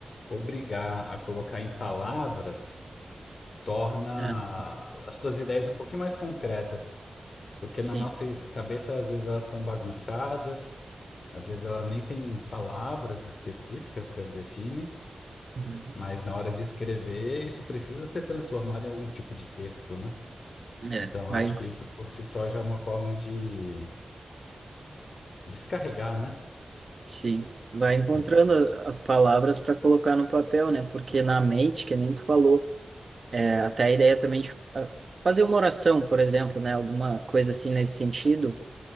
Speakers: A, on the left (about 70°); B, on the right (about 55°).
A: obrigar a colocar em palavras torna
B: é,
A: as suas ideias um pouquinho mais concretas. Porque
B: sim.
A: na nossa cabeça, às vezes, elas estão bagunçadas, às vezes ela nem tem palavras específicas que as definem,
B: Uhum.
A: mas na hora de escrever, isso precisa ser transformado em algum tipo de texto, né?
B: É,
A: Então,
B: vai
A: acho que isso por si só já é uma forma de Descarregar, né?
B: Sim, vai
A: Esses
B: encontrando
A: sentimentos.
B: as palavras para colocar no papel, né? Porque na mente, que nem tu falou, é, até a ideia também de fa- fazer uma oração, por exemplo, né? Alguma coisa assim nesse sentido,